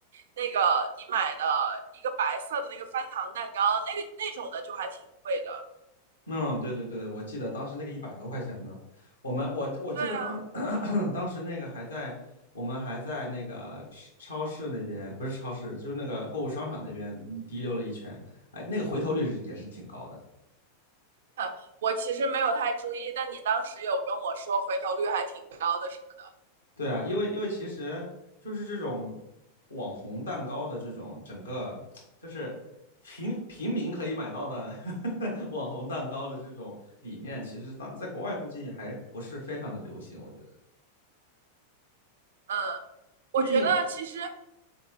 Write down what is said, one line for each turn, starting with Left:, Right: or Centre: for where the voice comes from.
Right: 那个你买的一个白色的那个翻糖蛋糕，那个那种的就还挺贵的。
Left: 嗯，对对对，我记得当时那个一百多块钱呢，我们我我记得当
Right: 对啊，
Left: <clears throat> 当时那个还在我们还在那个超市那边，不是超市，就是那个购物商场那边滴溜了一圈，哎，那个回头率是也是挺高的。
Right: 呃我其实没有太注意，但你当时有跟我说回头率还挺高的什么的。
Left: 对啊，因为因为其实就是这种网红蛋糕的这种整个就是平平民可以买到的 <laughs> 网红蛋糕的这种理念，其实当在国外估计还不是非常的流行，我觉得。
Right: 嗯，我觉得其实
Left: 毕竟